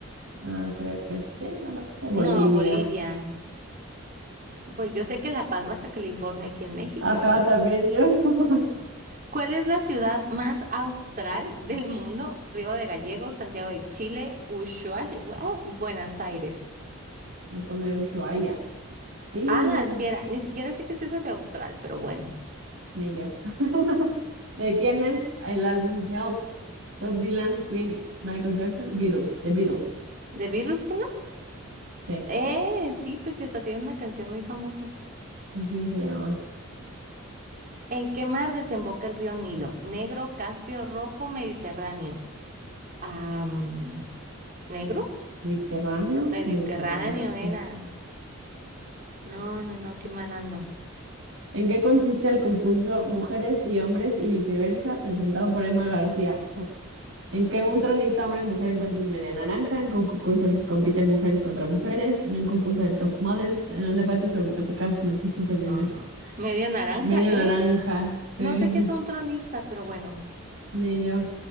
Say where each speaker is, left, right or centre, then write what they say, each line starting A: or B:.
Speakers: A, on the right; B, on the right.
A: ah, creo que sí, no lo sé, Bolivia.
B: No, Bolivia. Pues yo sé que La Paz, Baja California, aquí en México,
A: Ajá,
B: ¿verdad?
A: también yo. <laughs>
B: ¿Cuál es la ciudad más austral <laughs> del mundo? Río de Gallegos, Santiago de Chile, Ushuaia, ah, Buenos Aires.
A: Yo pondré Ushuaia. Sí,
B: Ah, sí era. Ni siquiera sé qué es eso de austral, pero bueno.
A: ni yo. <laughs> ¿De quién es el álbum Help? Bob Dylan, Queen, Michael Jackson, Beatles, The Beatles.
B: ¿De Beatles que no?
A: Sí,
B: Eh, sí, pues sí, hasta tiene una canción muy famosa.
A: así se llama.
B: ¿En qué mar desemboca el río Nilo? Negro, Caspio, Rojo, Mediterráneo. Ah, mm, ¿negro?
A: Mediterráneo,
B: Mediterráneo
A: Mediterráneo.
B: era. No, no, no, qué mal ando.
A: ¿En qué consiste el concurso Mujeres y Hombres y Viceversa presentado por Emma García? ¿En que un tronista hombre o mujer encuentra su media naranja? ¿En un concurso en el que compiten mujeres contra mujeres? ¿En un concurso de top models? ¿En un debate sobre tópicas machistas femeninas?
B: Ah, media naranja
A: Media
B: es.
A: naranja, sí.
B: No sé qué es
A: <laughs>
B: un tronista, pero bueno.
A: Ni yo.